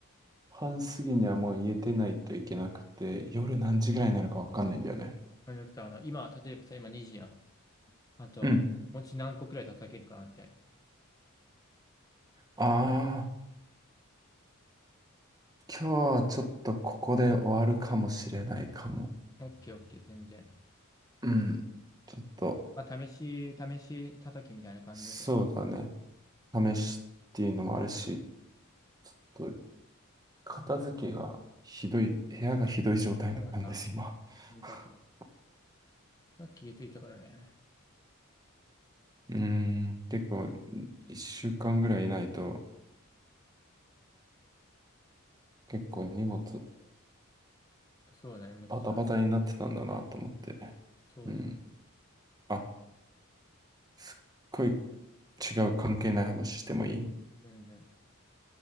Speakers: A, on the right (about 20°); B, on the left (about 15°).
A: 時半過ぎにはもう家出ないといけなくて、夜何時ぐらいになるかわかんないんだよね。
B: じゃなくて、あの、今、例えばさ、今2時やん。あと、
A: うん。
B: 餅何個くらい叩けるかなみたいな。
A: ああ、今日はちょっとここで終わるかもしれないかも。
B: オッケーオッケー、全然。
A: うん。ちょっと、
B: まあ、試し、試し叩きみたいな感じだからね。
A: そうだね。試しっていうのもあるし、ちょっと片付けがひどい、部屋がひどい状態なんです、
B: だからさ、
A: 今。
B: よかった
A: <laughs>
B: さっき気づいたからね。
A: うーん、結構、1週間ぐらいいないと、結構荷物
B: そうだね、めっちゃ。
A: バタバタになってたんだなと思って。
B: そうだよ。
A: うん。あ、すっごい違う関係ない話してもいい
B: 全然。